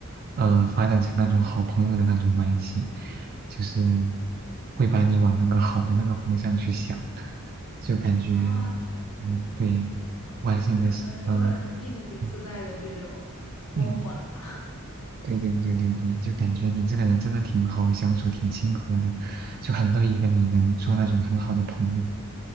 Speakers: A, on the right; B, on the left.
A: 呃发展成那种好朋友的那种关系，就是会把你往那个好的那个方向去想，就感觉
B: 啊，这
A: 嗯，对，我还是你的呃
B: 那可能是我 <laughs> 命里自带的这种光环吧。
A: 嗯嗯。对对对对对，就感觉你这个人真的挺好相处，挺亲和的，就很乐意跟你能做那种很好的朋友。